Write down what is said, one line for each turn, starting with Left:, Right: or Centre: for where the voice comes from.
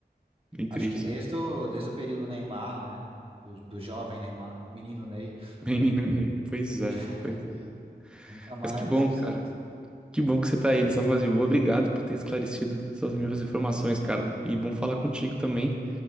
Centre: Bem triste.
Right: Acho que desde o, desde o período Neymar, né? Do, do jovem Neymar, menino Ney,
Centre: Menino Ney. Pois é,
Right: <laughs>
Centre: pois é.
Right: nunca mais
Centre: Mas que bom,
Right: o
Centre: cara.
Right: Santos.
Centre: Que bom que você tá aí nessa fase boa. Obrigado por ter esclarecido essas minhas informações, cara. E bom falar contigo também.